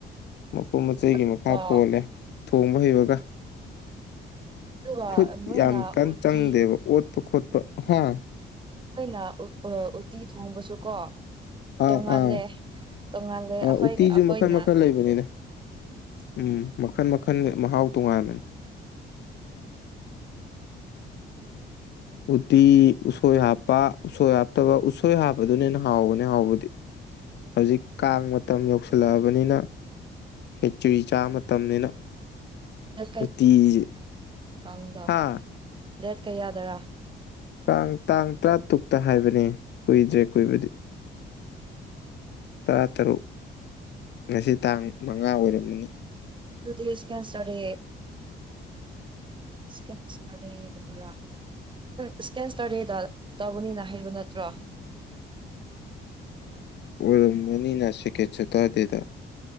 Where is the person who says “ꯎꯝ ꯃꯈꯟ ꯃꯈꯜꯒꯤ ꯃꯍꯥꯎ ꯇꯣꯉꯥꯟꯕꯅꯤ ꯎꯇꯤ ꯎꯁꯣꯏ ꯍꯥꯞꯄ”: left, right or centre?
Left